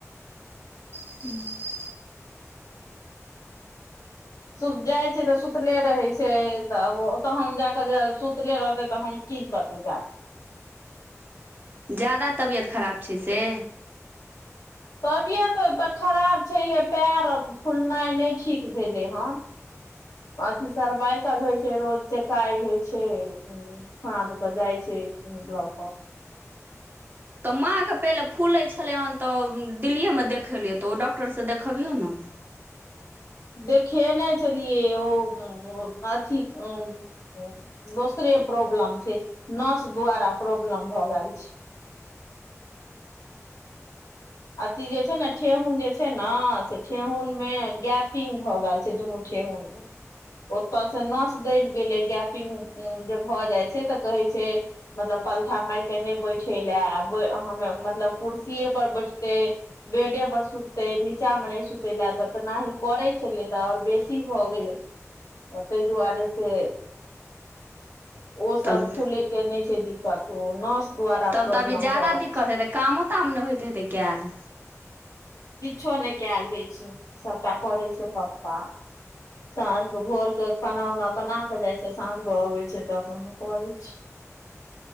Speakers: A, on the right (about 35°); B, on the left (about 85°).
A: हूँ
B: सुत जाई छै तऽ सुतले रहै छै तब ओतऽ हम जाकऽ जे सुतले रहतै तऽ हम कि करबै जाक
A: जादा तबियत खराब छै सँ
B: तबियत तऽ खराब छैहे पैर फुलनाई नहि ठीक भेले। ह, अथी सरवाइकल होइ छै रोज चेकाइ होइ छै साझक जाइ छै ब्लक
A: तऽ माँ के पहिले फूलैत छलै हन तऽ दिल्लिएमे देखै लियए तऽ ओ डॉक्टरसँ देखबियौ ना
B: देखे ने छलियए ओ अथी औ दोसरे प्रॉब्लम छै नर्स द्वारा प्रॉब्लम भऽ गेल छै <inaudible> अथी जे छै ने ठेहुन जे छै ने से ठेहुनमे गेश भऽ गेल छै दुनू ठेहुन मे ओतय से नस दबि गेलै गैपिग जे भऽ जाई छै तऽ कहै छै। मतलब पलथा मारि कऽ नहि बैठे लए आ मतलब कुर्सीए पर बैठतै बेडे पर सुतै नीचा मे नहि सुतैले त तऽ नहि पड़ै छलै तऽ आओर बेसी भऽ गेलै ताहि दुआरे सँ ओ सभ
A: तब
B: फुले के नहि छै दिक्कत ओ नस द्वारा
A: तब
B: प्रॉब्लम
A: तऽ अभी जादा
B: भऽ गेल
A: दिक्कत
B: छै
A: हेतै कमो ताम नहि होइत हेतै कयल
B: किछो नहि कयलऽ होइ छै सभटा करै छै पप्पा सँझ के भोर के खाना उना बना के जाय छै सँझ के अबे छै तऽ अपन करे छी